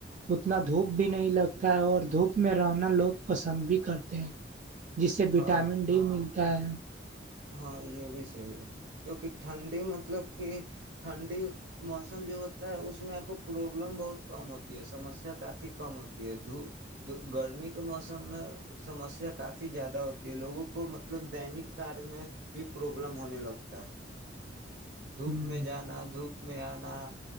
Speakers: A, on the right; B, on the right.
A: اتنا دھوپ بھی نہیں لگتا ہے اور دھوپ میں رہنا لوگ پسند بھی کرتے ہیں جس سے وٹامن
B: ہاں
A: ڈی ملتی <unintelligible>
B: ہاں یہ بھی صحیح ہے کیونکہ ٹھنڈی مطلب کہ ٹھنڈی موسم جو ہوتا ہے اس میں آپ کو پربلم بہت کم ہوتی ہے سمسیا کافی کم ہوتی ہے د تو گرمی کا موسم سموسیہ کافی زیادہ ہوتی ہے لوگوں کو مطلب بینک کارڈ میں بھی پرابلم ہونے لگتا ہے دھوپ
A: ہ
B: میں جانا دھوپ میں آنا